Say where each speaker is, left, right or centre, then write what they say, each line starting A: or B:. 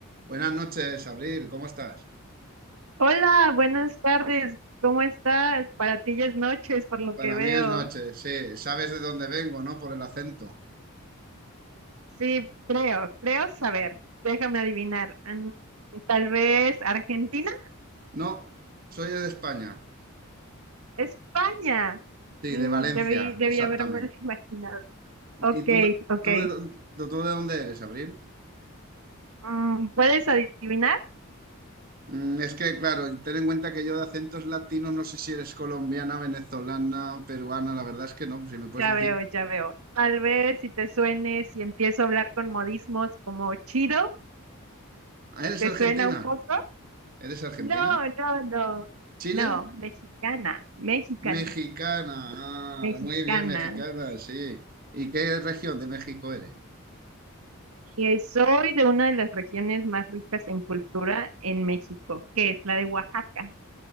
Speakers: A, on the right (about 40°); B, on the right (about 85°).
A: Buenas noches, Abril, ¿cómo estás?
B: Hola, buenas tardes. ¿Cómo estás? Para ti ya es noches, por lo
A: Para
B: que veo.
A: mí es noche, sí. Sabes de dónde vengo, ¿no? Por el acento.
B: Sí, creo, creo saber. Déjame adivinar. Mm, Tal vez Argentina,
A: No, soy de España.
B: España.
A: Sí,
B: Mm,
A: de Valencia,
B: debí, debí
A: exactamente.
B: haberme <laughs> imaginado.
A: ¿Y
B: Ok,
A: tú, de-
B: ok.
A: tú, de, dónde, tú de dónde eres, Abril?
B: Mm, ¿puedes adivinar?
A: Mm, es que, claro, ten en cuenta que yo de acentos latinos no sé si eres colombiana, venezolana, peruana, la verdad es que no, si me puedes
B: Ya veo,
A: decir.
B: ya veo. Tal vez si te suene, si empiezo a hablar con modismos como chido,
A: Ah, ¿Eres
B: ¿te
A: argentina?
B: suena un poco?
A: ¿Eres argentina?
B: No, no, no.
A: ¿Chile?
B: No, mexicana, mexicana,
A: Mexicana. Ah,
B: mexicana.
A: muy bien, mexicana, sí. ¿Y qué región de México eres?
B: que soy de una de las regiones más ricas en cultura en México, que es la de Oaxaca,